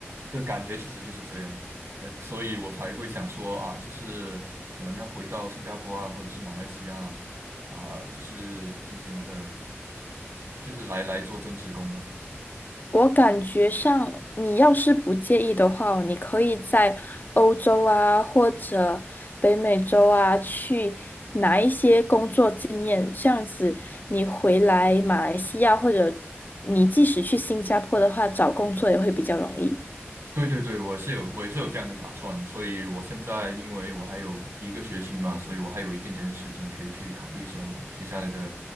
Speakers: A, on the right; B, on the left.
A: 的感觉其实就是这样，呃，所以我才会想说啊，就是可能要回到新加坡啊，或者是马来西亚啊，啊就是进行我的，就是来来做正职工吧。
B: 我感觉上，你要是不介意的话哦你可以在欧洲啊，或者北美洲啊，去拿一些工作经验。这样子，你回来马来西亚，或者你即使去新加坡的话，找工作也会比较容易。
A: 对对对，我是有我也是有这样的打算，所以我现在因为我还有一个学期嘛，所以我还有一点点的时间可以去考虑一下我接下来的